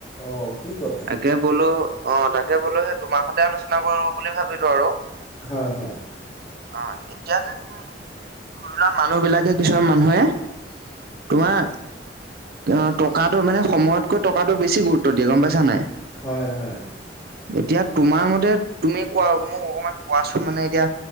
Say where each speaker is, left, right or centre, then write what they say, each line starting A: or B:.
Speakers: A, on the left (about 25°); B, on the right (about 55°).
A: অঁ, কি কথা?
B: তাকে বলো অঁ তাকে বলো সেই তোমাৰ সঁতে আলোচনা কৰো বুলি ভাবিলো আৰু
A: হয় হয়।
B: অঁ এতিয়া যে তুমি, ধৰি লোৱা মানুহ বিলাকে কিছুমান মানুহে তোমাৰ এ টকাটো মানে সময়তকৈ টকাটো বেছি গুৰুত্ব ত্ব দিয়ে গম পাইছা নাই?
A: হয় হয়
B: এতিয়া তোমাৰ মতে, তুমি কোৱা আৰু মোক অকমান কোৱাচোন মানে এতিয়া